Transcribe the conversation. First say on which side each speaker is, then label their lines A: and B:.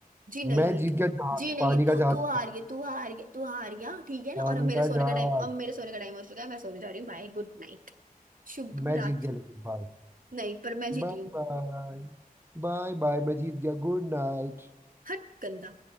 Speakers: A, on the right (about 65°); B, on the right (about 15°).
A: जी नहीं
B: मैं जीत गया जहाज
A: जी नहीं
B: पानी का
A: तू
B: जहाज
A: तू हार गई तू हार गया तू हार गया ठीक है ना
B: पानी
A: और अब मेरे
B: का
A: सोने
B: जहाज
A: का टाइम अब मेरे सोने का टाइम हो चुका है मैं सोने जा रही हूँ Bye good night शुभ
B: मैं
A: रात्रि
B: जीत गया लेकिन bye
A: नहीं पर मैं जीती
B: Bye
A: हूँ
B: bye Bye bye मैं जीत गया Good night
A: हट गंदा